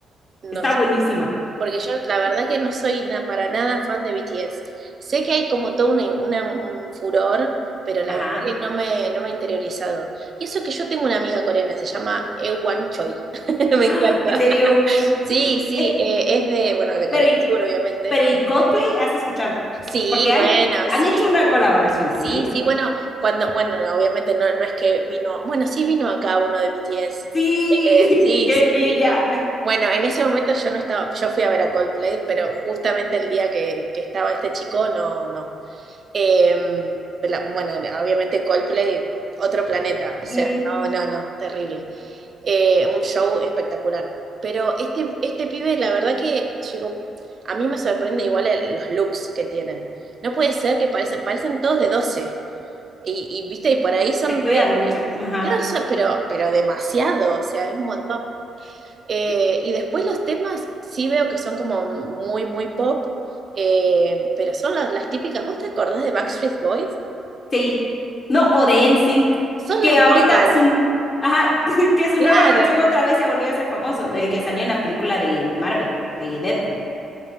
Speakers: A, on the right; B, on the left.
A: no
B: Está
A: sé.
B: buenísima.
A: Porque yo la verdad que no soy na- para nada fan de BTS. Sé que hay como todo una- una- un furor, pero la
B: Ajá.
A: verdad que no me, no me he interiorizado. Y eso que yo tengo una amiga coreana, se llama Ewan Choi. <laughs>
B: <gasps> ¡Ah!
A: Me encanta.
B: En serio. <laughs>
A: Sí, sí,
B: Eh,
A: eh, es de, bueno, de
B: Pero,
A: Corea
B: ¿y-
A: del Sur, obviamente.
B: pero ¿y Coldplay has escuchado?
A: Sí,
B: Porque han,
A: bueno,
B: han
A: sí.
B: hecho una colaboración con
A: Sí,
B: ellos.
A: sí, bueno, cuando, bueno, no, obviamente no, no es que vino, bueno, sí vino acá uno de BTS.
B: Sí,
A: Eh, sí,
B: <laughs> qué
A: sí
B: envidia.
A: vino. Bueno, en ese momento yo no estaba, yo fui a ver a Coldplay, pero justamente el día que, que estaba este chico, no, no. Eh, la- bueno, obviamente Coldplay, otro planeta, o
B: Mm,
A: sea, no, no, no, terrible eh, un show espectacular. Pero este, este pibe, la verdad que llegó, a mí me sorprende igual el- los looks que tienen. No puede ser que parecen, parecen todos de 12 Y, y, viste, y por ahí son
B: Se cuidan
A: re...
B: mucho. Ajá.
A: claro, son- pero, pero demasiado, o sea, es un montón. Eh, y después los temas sí veo que son como muy, muy pop, eh, pero son las, las típicas. ¿Vos te acordás de Backstreet Boys?
B: Sí. No, o de NSYNC,
A: Son
B: que
A: las
B: ahorita
A: boy bands.
B: su, ajá, <laughs> que su
A: Claro,
B: nueva canción otra vez se volvió a hacer famoso, el que salió en la película de Marvel, de Deadpool,